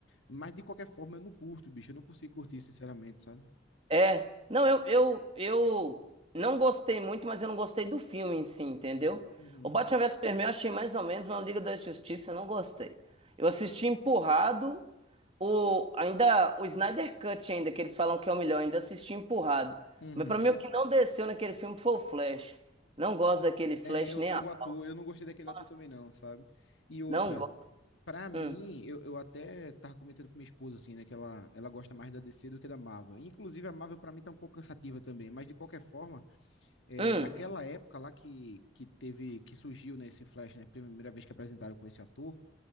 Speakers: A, on the left; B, on the right.
A: Mas de qualquer forma, eu não curto, bicho. Eu não consigo curtir, sinceramente, sabe?
B: É, não, eu, eu, eu não gostei muito, mas eu não gostei do filme em si, entendeu?
A: Uhum.
B: O Batman vs Superman eu achei mais ou menos, mas o Liga da Justiça eu não gostei. Eu assisti empurrado, o, ainda o Snyder Cut ainda, que eles falam que é o melhor, ainda assisti empurrado.
A: Uhum.
B: Mas pra mim o que não desceu naquele filme foi o Flash. Não gosto daquele Flash
A: É, eu,
B: nem
A: eu
B: a
A: ator,
B: pau.
A: eu não gostei daquele
B: Nossa,
A: ator também não, sabe? E outra.
B: Não gosto.
A: Pra mim,
B: Hum.
A: eu, eu até tava comentando com minha esposa, assim, né, que ela, ela gosta mais da DC do que da Marvel. Inclusive, a Marvel pra mim tá um pouco cansativa também, mas de qualquer forma, é,
B: Hum.
A: naquela época lá que, que teve, que surgiu, né, esse Flash, né, primeira vez que apresentaram com esse ator,